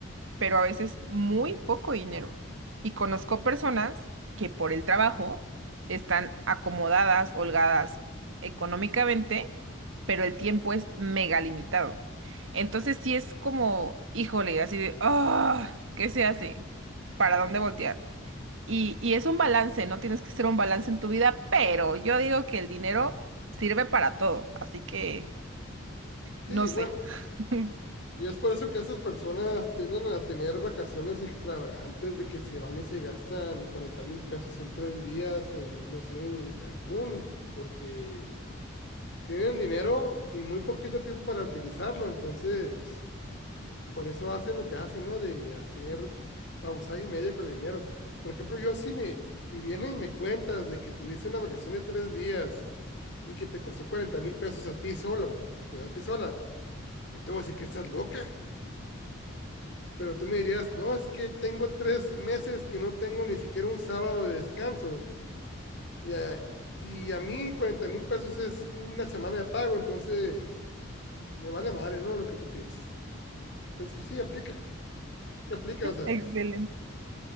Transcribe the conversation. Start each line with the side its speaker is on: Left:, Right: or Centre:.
Right: pero a veces muy poco dinero. Y conozco personas que por el trabajo están acomodadas, holgadas económicamente, pero el tiempo es mega limitado. Entonces sí es como, híjole, así de, ah, ¿qué se hace? ¿Para dónde voltear? Y, y es un balance, ¿no? Tienes que hacer un balance en tu vida, pero yo digo que el dinero sirve para todo, así que
Left: Sí,
Right: no sé.
Left: bueno,
Right: <laughs>
Left: y es por eso que esas personas tienden a tener vacaciones extravagantes de que se van y se gastan cuarenta mil pesos en tres días en, no sé, en Cancún, porque tienen dinero y muy poquito tiempo para utilizarlo, entonces Por eso hacen lo que hacen, ¿no? De hacer babosada y media con el dinero. Por ejemplo, yo si me, si vienen y me cuentas de que tuviste una vacación de tres días y que te costó cuarenta mil pesos a ti solo, pues, a ti sola, yo te voy a decir que estás loca. Pero tú me dirías, no, es que tengo tres meses que no tengo ni siquiera un sábado de descanso. Y a, y a mí cuarenta mil pesos es una semana de pago, entonces me vale madre, ¿no? Lo que tú pienses. Entonces sí, aplica, sí aplica, o sea,
Right: Excelente.